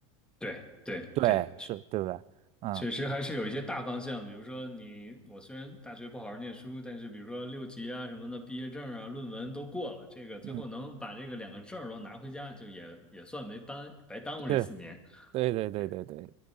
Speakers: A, in the centre; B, on the right.
A: 对对对，
B: 对，是对不对？嗯
A: 确实还是有一些大方向，比如说你，我虽然大学不好好念书，但是比如说六级啊什么的，毕业证啊、论文都过了，这个最后能把这个两个证儿都拿回家，
B: 嗯，
A: 就也也算没耽白耽误这四年，
B: 是，对对对对对。
A: 对，